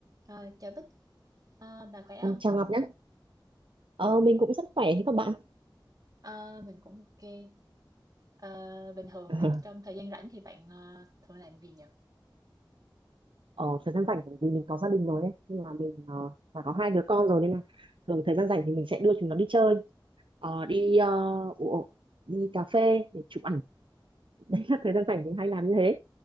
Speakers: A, on the right; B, on the right.
A: Ờ, chào Bích, Ờ, bà khỏe
B: Ờ,
A: không?
B: chào Ngọc nhé. Ờ, mình cũng rất khỏe thế các bạn.
A: Ờ, mình cũng ok. Ờ, bình thường
B: <laughs>
A: là trong thời gian rảnh thì bạn ờ, thường làm gì nhỉ?
B: Ờ, thời gian rảnh bởi vì mình có gia đình rồi ấy, nên là mình ờ, và có hai đứa con rồi nên là thường thời gian rảnh thì mình sẽ đưa chúng nó đi chơi, Ờ, đi ờ, ủa, đi cà phê để chụp ảnh. <laughs> Đấy là thời gian rảnh mình hay làm như thế.